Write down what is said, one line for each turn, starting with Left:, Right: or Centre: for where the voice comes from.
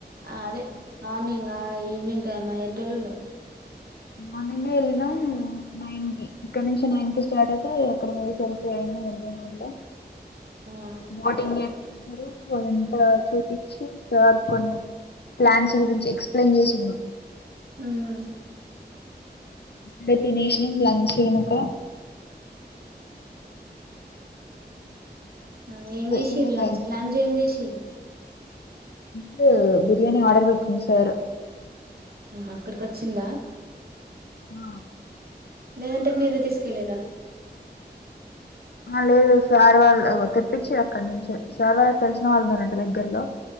Right: అదే మార్నింగ్ ఈవినింగ్ టైమా ఎన్ని రోళ్ళు ఉన్నారు
Left: మార్నింగ వెళ్ళినాం నైన్ కి ఇక్కడ నుంచి నైన్ కి స్టార్ట్ అయితే ఎక్కడ పోయేసరికి అయిన అగాను అంటే
Right: ఆ
Left: బోటింగ్ న ఇంత చూపించి సార్ కొన్ని ప్లాన్స్ గురించి ఎక్సయిన్ చేసిన్నా
Right: హమ్
Left: ఇడ తినేషనింగ్ లంచనుక
Right: ఆ ఏం చేసి
Left: ఈవినింగ్
Right: లంచ్ లంచ్ ఏం జ చేసిర జీవ
Left: న బిర్యాణి ఆర్డర్ పెట్ంది సార్
Right: హా అక్కడ వచ్చిందా
Left: ఆ
Right: లేదంటే మీరు తీసుకెళ్ళారా
Left: ఆ లేదు సార్ వాళ్ళు తెప్పించిఘర్రక్కడ నుంచి సార్ వాళ్ళు తెలిసిన వాళ్ళు ఉన్నారంట దగ్గరలో